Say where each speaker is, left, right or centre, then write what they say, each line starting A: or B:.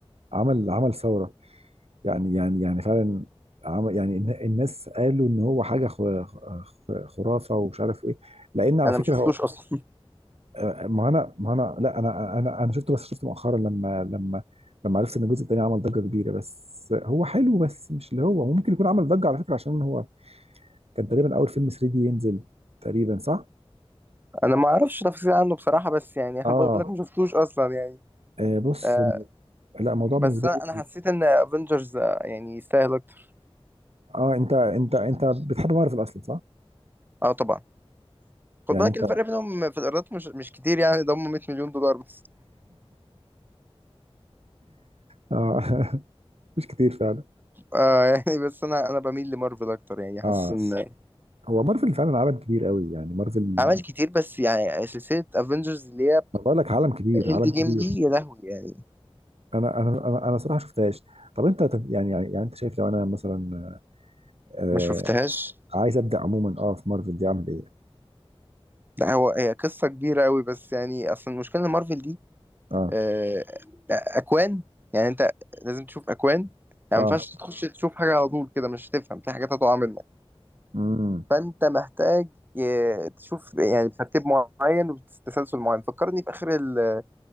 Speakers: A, on the right; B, on the right.
A: عمل عمل ثوره يعني يعني يعني فعلا عمل يعني الن- الناس قالوا ان هو حاجه خ- خ- خرافه ومش عارف ايه لان على
B: أنا
A: فكره
B: ما شفتوش
A: هو
B: أصلا
A: آه، ما انا ما انا لا انا انا انا شفته بس شفته مؤخرا لما لما لما عرفت ان الجزء الثاني عمل ضجه كبيره بس هو حلو بس مش اللي هو ممكن يكون عمل ضجه على فكره عشان هو كان تقريبا اول فيلم 3D ينزل تقريبا صح؟
B: <laughs> أنا ما أعرفش تفاصيل عنه بصراحة بس يعني <laughs> أنا
A: اه
B: بقول لك ما شفتوش أصلا يعني
A: آه، بص
B: آه
A: لا الموضوع بالنسبه
B: بس أنا
A: لي
B: أنا حسيت إن افنجرز يعني يستاهل أكتر
A: اه انت انت انت بتحب مارفل اصلا صح؟
B: أه طبعا خد
A: يعني
B: بالك
A: انت
B: الفرق
A: <laughs>
B: بينهم في الإيرادات مش مش كتير يعني ده هم 100 مليون دولار بس
A: اه <laughs> مش كتير فعلا
B: آه <laughs> يعني بس أنا أنا بميل لمارفل أكتر يعني حاسس
A: اه
B: إن
A: هو مارفل فعلا عالم كبير قوي يعني مارفل
B: عمل كتير بس يعني سلسلة افنجرز اللي هي
A: ما بقول لك عالم كبير
B: اند
A: عالم
B: جيم
A: كبير
B: دي يا لهوي يعني
A: انا انا انا انا صراحه شفتهاش طب انت تف- يعني يعني يعني انت شايف لو انا مثلا آه
B: ما شفتهاش
A: عايز ابدا عموما اه في مارفل دي اعمل ايه
B: لا هو هي قصة كبيرة قوي بس يعني اصلا المشكلة ان مارفل دي
A: اه
B: آه، اكوان يعني انت لازم تشوف اكوان يعني ما
A: اه
B: ينفعش تخش تشوف حاجة على طول كده مش هتفهم في حاجات هتقع منك
A: امم
B: فانت محتاج آه، تشوف يعني ترتيب معين وتسلسل معين فكرني في اخر ال...